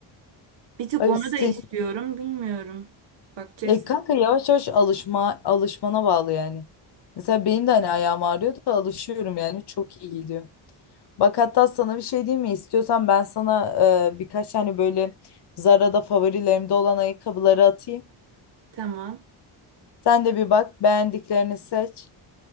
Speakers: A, on the right (about 55°); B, on the left (about 50°).
A: Bir tık
B: Abi
A: onu
B: senin
A: da istiyorum. Bilmiyorum. Bakacağız.
B: e kanka yavaş yavaş alışma alışmana bağlı yani. Mesela benim de hani ayağım ağrıyor da alışıyorum yani çok iyi gidiyor. Bak hatta sana bir şey diyeyim mi? İstiyorsan ben sana e, birkaç tane böyle Zara'da favorilerimde olan ayakkabıları atayım.
A: Tamam.
B: Sen de bir bak, beğendiklerini seç.